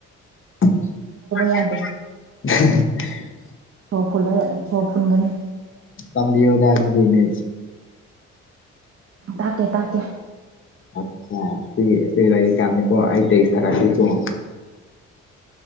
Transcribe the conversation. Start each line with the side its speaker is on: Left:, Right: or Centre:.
Left: <inaudible>
Right: ꯌꯥꯗꯦ ꯁꯣꯔ ꯐꯨꯜꯂ ꯁꯣꯔ ꯐꯨꯟꯒꯅꯤ
Left: ꯇꯝꯕ ꯌꯗꯗꯤꯅꯦ
Right: ꯇꯥꯛꯀꯦ ꯇꯥꯛꯀꯦ
Left: ꯑꯆꯥ ꯁꯤ ꯁꯤ ꯆꯣ ꯇ ꯑꯩꯁ ꯇꯔ ꯀꯉ